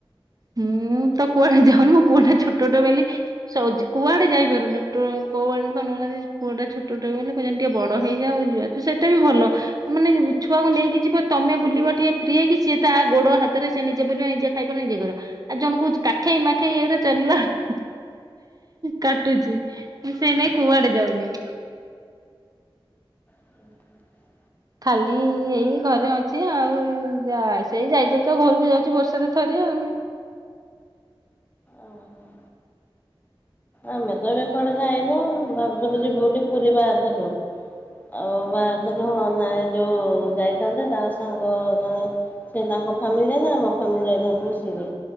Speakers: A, on the right (about 45°); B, on the left (about 20°).
A: ମୁଁ ତ କୁଆଡେ ଯାଉନି ମୋ ପୁଅଟା ଛୋଟଟେ ବୋଲି। ଶୋଉଚି। କୁଆଡେ ଯାଇପାରୁନି ଟୁ କୁଆଡେ ତ ନୋଉ ନାହାନ୍ତି ପୁଅଟା ଛୋଟେ ଟେ ବୋଲି କହୁଛନ୍ତି ଟିକେ ବଡ ହେଇଯାଉ ଯିବା। ତ ସେଟାବି ଭଲ। ମାନେ ଛୁଆକୁ ନେଇକି ଯିବ ତମେ ବୁଲିବ ଟିକେ ଫ୍ରି ହେଇକି ସିଏ ତା ଗୋଡ ହାତରେ ସେ ନିଜେ ବୁଲିବ ନିଜେ ଖାଇପାରୁନି ନିଜେ କରିବ। ଆଉ ଜଣକୁ କାଖେଇ ମାଖେଇ ଏ ଗୁରା ଚାଲେଇଲା ବେଳକୁ କାଟୁଛି। ମୁଁ ସେଇନାଇ କୁଆଡେ ଯାଉନି।
B: ହ
A: ଖାଲି ଏଇ ଘରେ ଅଛି ଆଉ ଯା ସେଇ ଯାଇ ଯାଇକି ଆଉ ଘରକୁ ଯାଉଛି ବର୍ଷାରେ ଥରେ ଆଉ।
B: ଓହୋ। ଆମେ ତ ଏବେ କୁଆଡେ ଯାଇନୁ ଭାବୁଥିଲୁ ଯିବୁ ବୋଲି ପୁରୀ ବାହାରିଥିଲୁ। ଆଉ ବାହାରିଥିଲୁ ହ ନା ଯୋଉ ଯାଇଥାନ୍ତେ ତାଙ୍କ ସାଙ୍ଗ ଜଣେ ସେ ତାଙ୍କ ଫ୍ୟାମିଲି ଯାଇଥାନ୍ତେ। ଆମ ଫ୍ୟାମିଲି ଯାଇଥାନ୍ତୁ ମିଶିକି।